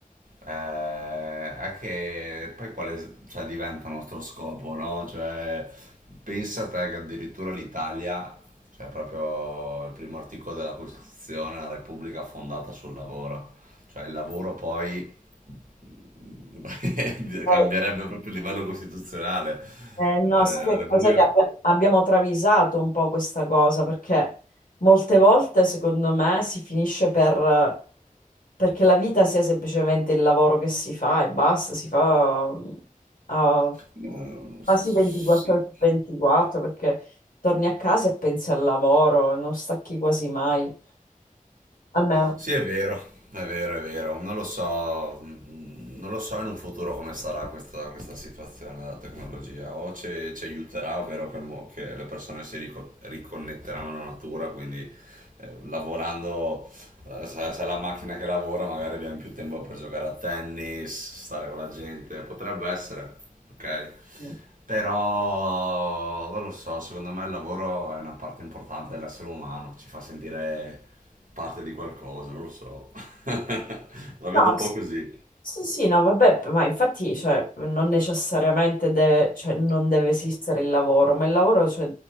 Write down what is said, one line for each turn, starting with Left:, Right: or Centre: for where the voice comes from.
Right: Eh, è che poi quale cioè, diventa il nostro scopo, no? Cioè, pensa te che addirittura l'Italia, cioè proprio il primo articolo della Costituzione, è la Repubblica fondata sul lavoro. Cioè il lavoro poi <laughs>
Left: Eh,
Right: cambierebbe proprio il livello costituzionale.
Left: Eh, no,
Right: Eh,
Left: sai
Right: la Repubblica...
Left: che cosa che abbia- abbiamo travisato un po' questa cosa, perché molte volte, secondo me, si finisce per... perché la vita sia semplicemente il lavoro che si fa e basta, si fa mm, a
Right: No,
Left: quasi
Right: sì.
Left: 24 ore su 24, perché torni a casa e pensi al lavoro, non stacchi quasi mai, almeno.
Right: Sì, è vero, è vero, è vero. Non lo so, mm, non lo so in un futuro come sarà questa, questa situazione della tecnologia. O ci, ci aiuterà, ovvero che, il mo- che le persone si rico- riconnetteranno alla natura, quindi eh, lavorando allora, se, se è la macchina che lavora magari abbiamo più tempo per giocare a tennis, stare con la gente, potrebbe essere, ok?
Left: mm.
Right: Però non lo so, secondo me il lavoro è una parte importante dell'essere umano, ci fa sentire parte di qualcosa, non lo so. <laughs> La vedo
Left: No,
Right: un po'
Left: s-
Right: così,
Left: sì, sì, no, vabbè, ma infatti, cioè, non necessariamente deve, cioè, non deve esistere il lavoro, ma il lavoro, cioè,